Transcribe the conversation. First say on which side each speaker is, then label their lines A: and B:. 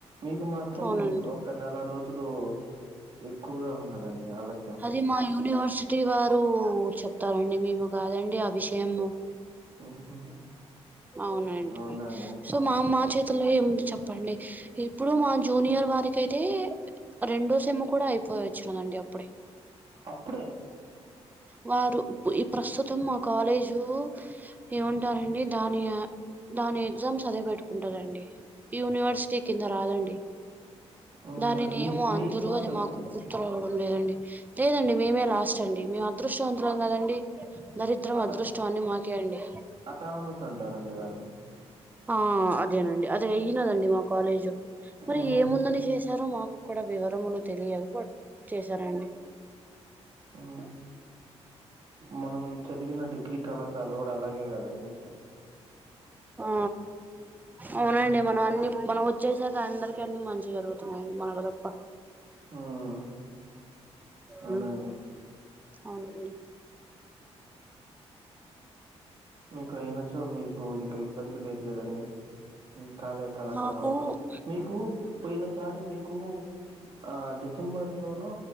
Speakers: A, on the right (about 55°); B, on the right (about 15°).
A: మీకు మాత్రం
B: అవునండి
A: ఒక నెల రోజులు ఎక్కువగా ఉన్నదండి ఆలస్యం
B: ఇది మా యూనివర్సి సిటి వారు చెప్తారండి మేము కాదండి ఆ విషయము
A: ఉహు
B: అవునండి
A: అవునండి
B: సో మా మా చేతుల్లో ఏముంది చెప్పండి ఇప్పుడు మా జూనియర్ వారికి అయితే రెండో సెమ్ కూడా ఐపోయి వచ్చినాదండి అప్పుడే
A: అప్పుడే
B: వారు ప్ ఇ ప్రస్తుతం మా కాలేజు ఏమంటారండి దాని దాని ఎగ్జామ్స్ అదే పెట్టుకుంటారండి యూనివర్సిటీ కింద రాదండి
A: అవున
B: దానినేమో
A: మీ మీకు
B: అందరూ
A: మాత్రం
B: అది మాకు
A: అండి
B: గుర్తు రావడం లేదండి లేదండి మేమే లాస్ట్ అండి మేము అదృష్టవంతులం కదండి దరిద్రం
A: అట
B: అదృష్టం అన్ని మాకే అండి
A: అటానమస్ అంటారండి దాన్ని
B: ఆ అదేనండి అదే అయినదండి మా కాలేజ్ మరి
A: ఉహు
B: ఏముందని చేస్ స్తారో మాకు కూడా వివరములు తెలియదు బట్ చేశారండి
A: ఆ మనం చదివిన డిగ్రీ కళాశాల కూడా అలాగే కదండి
B: ఆ
A: ఉమ్
B: అవునండి మనం అన్ని మనం వ చ్చేసాక అందరికి అన్ని మంచిగ జరుగుతున్నాయి మనకు తప్ప
A: ఉమ్ అవునండి
B: మ్మ్ అవునండి
A: మీకు అయినచో మీకు ఇంక ఇబ్బంది లేదు కదండి మ్మ్ కాలే కళాశాల
B: నాకు
A: వాళ్ళకి మీకు పోయినసారి మీకు ఆ డిసెంబర్ లోనో